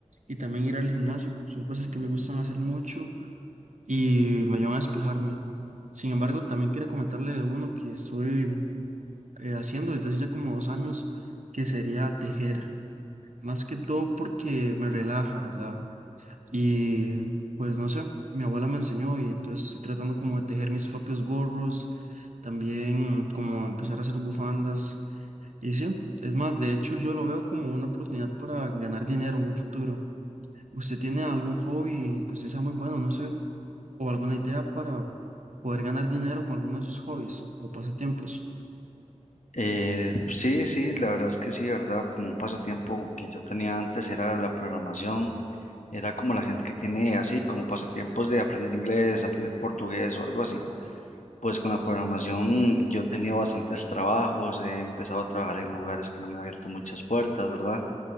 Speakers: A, on the right (about 75°); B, on the left (about 75°).
A: y también ir al gimnasio. Son cosas que me gustan hacer mucho y me ayudan a despejarme. Sin embargo, también quería comentarle de uno que estoy eh, haciendo desde hace ya como dos años, que sería tejer. Más que todo porque me relaja, ¿verdad? Y pues no sé, mi abuela me enseñó y entonces estoy tratando como de tejer mis propios gorros, también como empezar a hacer bufandas. Y sí, es más, de hecho yo lo veo como una oportunidad para ganar dinero en un futuro. ¿Usted tiene algún hobby en el que usted sea muy bueno, no sé, o alguna idea para poder ganar dinero con alguno de sus hobbies o pasatiempos?
B: Eh, sí, sí, la verdad es que sí, ¿verdad? Como un pasatiempo que yo tenía antes era la programación, era como la gente que tiene así, como pasatiempos de aprender inglés, aprender portugués o algo así. Pues con la programación yo he tenido bastantes trabajos, he empezado a trabajar en lugares que me han abierto muchas puertas, ¿verdad?